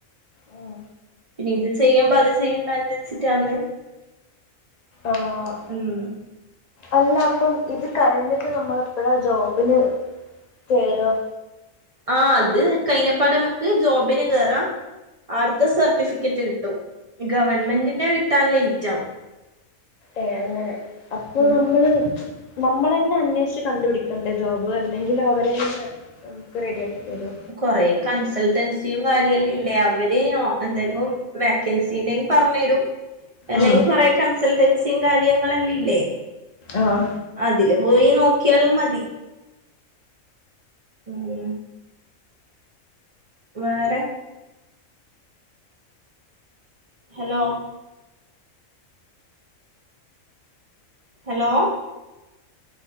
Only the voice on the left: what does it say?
ഉം.
ആഹ്
അല്ല അപ്പം ഇത് കഴിഞ്ഞിട്ട് നമ്മളെപ്പോഴാ ജോബിന് കേറാ?
ഏഹ് അങ്ങനെ അപ്പൊ
നമ്മള് നമ്മളെന്നെ അന്വേഷിച്ച് കണ്ടുപിടിക്കണ്ടേ ജോബ് അല്ലെങ്കിൽ അവരന്നെ നമ്ക്ക് റെഡി ആക്കി തരോ?
ഉം
ആഹ്